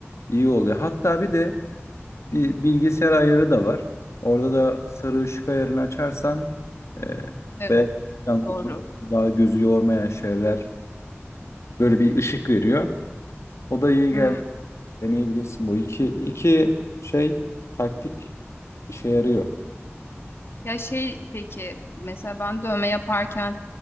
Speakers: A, on the left; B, on the left.
A: iyi oluyor. Hatta bir de Bir bilgisayar ayarı da var. Orada da sarı ışık ayarını açarsan e,
B: evet,
A: beyaz ışıktan kurtulup
B: doğru.
A: daha gözü yormayan şeyler böyle bir ışık veriyor. O da iyi
B: Hımm.
A: geldi. Deneyebilirsin bu. iki iki şey taktik işe yarıyor.
B: Ya, şey, peki, mesela ben dövme yaparken,